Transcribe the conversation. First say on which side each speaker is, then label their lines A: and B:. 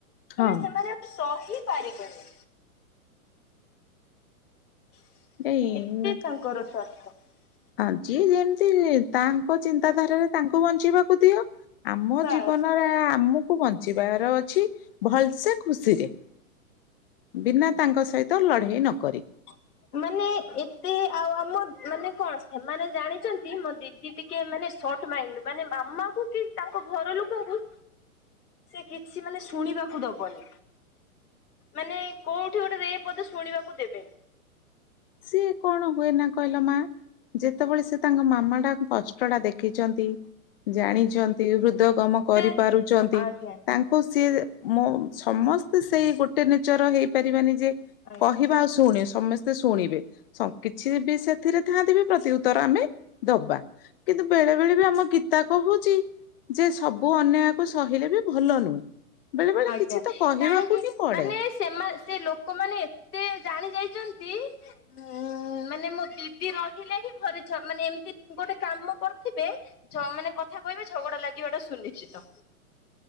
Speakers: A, on the left; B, on the left.
A: ହଁ
B: ମାନେ ସେମାନେ ଶହିପରିବେନି ଏତେ
A: ଏଇ
B: ତାଙ୍କର ସ୍ୱାର୍ଥ
A: ହଁ ଯିଏ ଯେମିତି ତାଙ୍କ ଚିନ୍ତାଧାରାରେ ତାଙ୍କୁ ବଞ୍ଚିବାକୁ ଦିଅ। ଆମ
B: ବାସ୍
A: ଜୀବନରେ ଆମକୁ ବଞ୍ଚିବାର ଅଛି ଭଲସେ ଖୁସିରେ ବିନା ତାଙ୍କ ସହିତ ଲଢେଇ ନକରି
B: ହଁ। ମାନେ ଏତେ ଆଉ ଆମ ମାନେ କଣ ସେମାନେ ଜାଣିଛନ୍ତି ମୋ ଦିଦି ଟିକେ ମାନେ ଟର୍ଚ୍ଚ ମାଇଲେ ମାନେ ମାମାକୁ କି ତାଙ୍କ ଘର ଲୋକଙ୍କୁ ସେ କିଛି ମାନେ ଶୁଣିବାକୁ ଦବନି। ମାନେ କୋଉଠି ଗୋଟେ ଏ ପଦ ଶୁଣିବାକୁ ଦେବେ
A: ସିଏ କଣ ହୁଏ ନା କହିଲ ମା ଯେତେବେଳେ ସେ ତାଙ୍କ ମାମାଟା କଷ୍ଟ ଟା ଦେଖିଛନ୍ତି। ଜାଣିଛନ୍ତି ହୃଦୟଗମ କରିପାରୁଛନ୍ତି
B: ସେ ଆଜ୍ଞା
A: ତାଙ୍କୁ ସିଏ ମୋ ସମସ୍ତେ ସେଇ ଗୋଟେ ନେଚର ହେଇପାରିବାନି ଯେ
B: ଆଜ୍ଞା
A: କହିବା ଆଉ ଶୁଣେ ସମସ୍ତେ ଶୁଣିବେ କିଛି ବି ସେଥିରେ ଥାନ୍ତିିବି ପ୍ରତି ଉତ୍ତର ଆମେ ଦବା କିନ୍ତୁ ବେଳେ ବେଳେ ବି ଆମ ଗୀତା କହୁଛି ଯେ ସବୁ ଅନ୍ୟାୟକୁ ସହିଲେ ବି ଭଲ ନୁହେଁ। ବେଳେ ବେଳେ
B: ଆଜ୍ଞା
A: କିଛି ତ କହିବାକୁ
B: କାହିଁକି
A: ହିଁ ପଡେ
B: ମାନେ ସେମାନେ ସେ ଲୋକମାନେ ଏତେ ଜାଣି ଯାଇଛନ୍ତି ନ୍ତି ଉଁ ମା ମାନେ ମୋ ଦିଦି ରହିଲେ ହିଁ ଘରେ ଝ ମାନେ ଏମିତି ଗୋଟେ କାମ କରୁଥିବେ ଯ ମାନେ କଥା କହ ଝଗଡା ଲାଗିବା ଟା ସୁନିଶ୍ଚିତ।